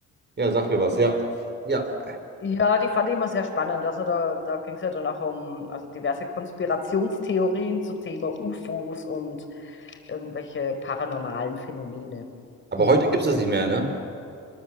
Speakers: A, on the right; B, on the left.
A: Ja, sag mir was, ja. Ja.
B: Ja, die fand ich immer sehr spannend. Also da, da ging es ja dann auch um also diverse Konspirationstheorien zu Thema UFOs und irgendwelche paranormalen Phänomene.
A: Aber
B: <laughs>
A: heute gibt es das nicht mehr, ne?